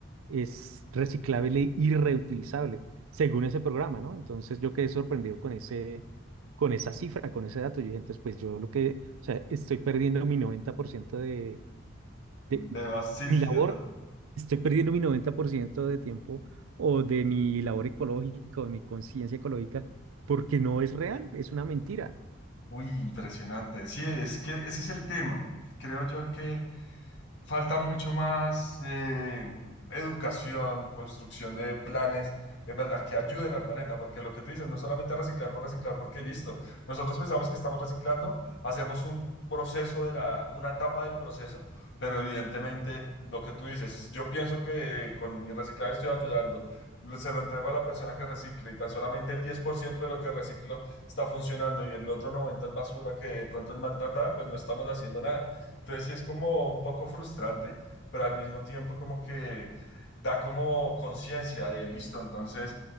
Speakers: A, on the right (about 85°); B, on the left (about 55°).
A: es reciclable y reutilizable, según ese programa, ¿no? Entonces yo quedé sorprendido con ese, con esa cifra, con ese dato. Yo dije, entonces, pues yo lo que, o sea, estoy perdiendo mi 90% de,
B: De
A: de
B: vas- sí,
A: mi
B: sí,
A: labor,
B: sí, ta-
A: estoy perdiendo mi 90% de tiempo o de mi labor ecológica, o de mi conciencia ecológica, porque no es real, es una mentira.
B: Uy, impresionante. Sí, es que ese es el tema. Creo yo que falta mucho más eh, educación, construcción de planes, en verdad, que ayuden al planeta, porque lo que tú dices no es solamente reciclar por reciclar, porque listo, nosotros pensamos que estamos reciclando, hacemos un proceso de la, una etapa del proceso, pero evidentemente lo que tú dices, yo pienso que eh, con mi reciclaje estoy ayudando. lo- Se lo entrego a la persona que recicle y tan solamente el 10% de lo que reciclo está funcionando y el otro 90% es basura que de pronto es maltratada, pues no estamos haciendo nada. Entonces sí es como un poco frustrante, pero al mismo tiempo como que da como conciencia de listo. Entonces,